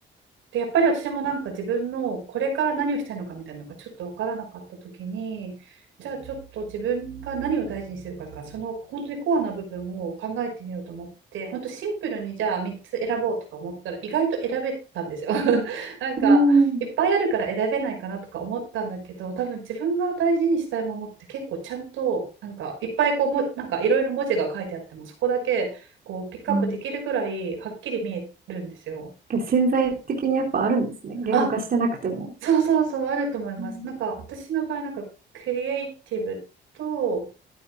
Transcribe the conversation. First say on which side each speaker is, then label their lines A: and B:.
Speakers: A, on the right; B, on the right.
A: で、やっぱり私もなんか自分のこれから何をしたいのかみたいなのがちょっと分からなかった時に、じゃあちょっと自分が何を大事にするかから、その本当にコアな部分を考えてみようと思って、本当シンプルにじゃあ3つ選ぼうとか思ったら意外と選べたんですよ <laughs>。なんかいっぱいあるから選べないかなとか思ったんだけど、
B: うん。うん
A: 多分自分が大事にしたいものって結構ちゃんとなんかいっぱいこうもなんかいろいろ文字が書いてあってもそこだけこうピックアップできるぐらいはっきり見えるんですよ。
B: あ潜在的にやっぱあるんですね。言語化してなくても。
A: あ、そうそうそう、あると思います。
B: うん。
A: なんか私の場合、なんかクリエイティブと、